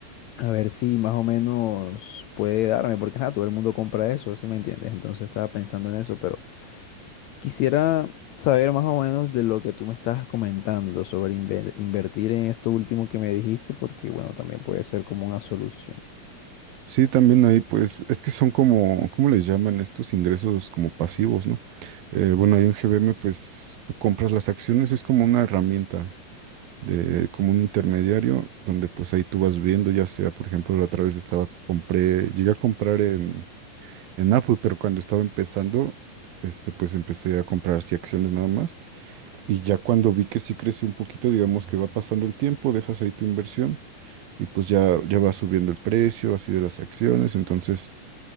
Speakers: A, on the left (about 80°); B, on the right (about 90°).
A: A ver si más o menos puede darme, porque ajá, todo el mundo compra eso, ¿sí me entiendes? Entonces estaba pensando en eso, pero quisiera saber más o menos de lo que tú me estabas comentando sobre inve- invertir en esto último que me dijiste, porque bueno, también puede ser como una solución.
B: Sí, también ahí pues es que son como, ¿cómo les llaman estos ingresos como pasivos, ¿no? Eh, bueno, ahí en GBM pues tú compras las acciones, es como una herramienta de como un intermediario donde pues ahí tú vas viendo, ya sea, por ejemplo, la otra vez estaba, compré, llegué a comprar en, en Apple, pero cuando estaba empezando, este pues empecé a comprar sí acciones nada más Y ya cuando vi que sí creció un poquito, digamos que va pasando el tiempo, dejas ahí tu inversión y pues ya, ya va subiendo el precio así de las acciones. Entonces,